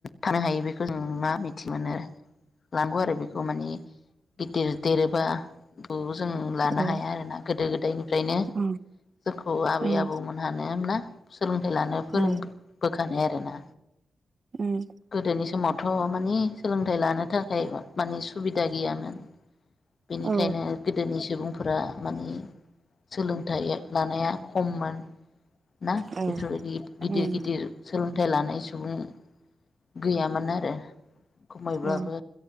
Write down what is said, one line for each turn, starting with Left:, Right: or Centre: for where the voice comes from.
Left: थानो हायो <unintelligible> बेखौ जों मा मिथि मोनो आरो लांगौ आरो बेखौ खौ माने गिदिर देरदेरोबा <unintelligible> जों लानो
Right: औ
Left: हाया आरोना गोदो गोदायनिफ्रायनो
Right: उम
Left: जोंखौ आबै
Right: उम
Left: आबौमोनहानो ना? सोलोंथाइ लानो फोरोंबोखानाय
Right: ओं
Left: आरोना
Right: उम
Left: गोदोनि समाव थ' मानि सोलोंथाइ लानो थाखाय माने सुबिदा गैयामोन। बेनिखायनो
Right: औ
Left: गोदोनि सुबुंफोरा मानि सोलोंथाइ लानाया खममोन ना
Right: औ
Left: बेफोरबायदि गिदिर
Right: उम
Left: गिदिर सोलोंथाइ लानाय सुबुं गैयामोन आरो खमायब्लाबो
Right: औ